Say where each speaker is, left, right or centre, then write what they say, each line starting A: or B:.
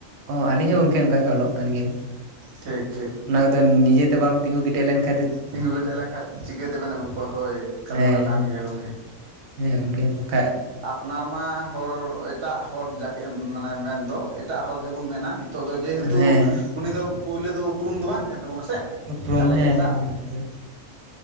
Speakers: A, on the right; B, on the right.
A: ᱚ ᱟᱹᱞᱤᱧ ᱦᱚᱸ ᱜᱚᱝᱠᱮ ᱚᱱᱠᱟ ᱜᱮ ᱚᱞᱚᱜ ᱠᱟᱱ ᱜᱮᱭᱟᱞᱤᱧ ᱾
B: ᱴᱷᱤᱠ ᱴᱷᱤᱠ ᱾
A: ᱚᱱᱟ ᱠᱚᱫᱚ ᱱᱤᱡᱮᱛᱮ ᱵᱟᱢ ᱛᱤᱸᱜᱩ ᱠᱮᱴᱮᱡ ᱞᱮᱱᱠᱷᱟᱱ ᱼᱼ
B: ᱛᱤᱸᱜᱩ ᱠᱮᱴᱮᱡ ᱞᱮᱱᱠᱷᱟᱡ ᱪᱤᱠᱟᱹ ᱛᱮᱵᱮᱱ ᱟᱹᱜᱩ ᱠᱚᱣᱟ ᱦᱳᱭ ᱠᱟᱛᱷᱟ
A: ᱦᱮᱸ
B: ᱫᱚ ᱠᱟᱱ ᱜᱮᱭᱟ ᱜᱚᱢᱠᱮ ᱾
A: ᱦᱮᱸ ᱜᱚᱢᱠᱮ ᱵᱟᱠᱷᱟᱡ
B: ᱟᱯᱱᱟᱨ ᱢᱟ ᱦᱚᱲ ᱮᱴᱟᱜ ᱦᱚᱲ ᱡᱟᱠᱮ ᱢᱟᱱᱮ ᱢᱮᱱᱫᱚ ᱮᱴᱟᱜ ᱦᱚᱲ ᱜᱮᱵᱚᱱ ᱢᱮᱱᱟ ᱾ ᱱᱤᱛᱚᱜ ᱫᱚ ᱡᱮᱦᱮᱛᱩ
A: ᱦᱮᱸ
B: ᱩᱱᱤ ᱫᱚ ᱯᱩᱭᱞᱳ ᱫᱚ ᱩᱯᱨᱩᱢ ᱫᱚ ᱵᱟᱝ ᱛᱟᱦᱮᱱ ᱛᱟᱵᱚᱱᱟ ᱥᱮ
A: ᱩᱯᱨᱩᱢ
B: ᱛᱟᱦᱚᱞᱮ ᱮᱴᱟᱜ
A: <unintelligible>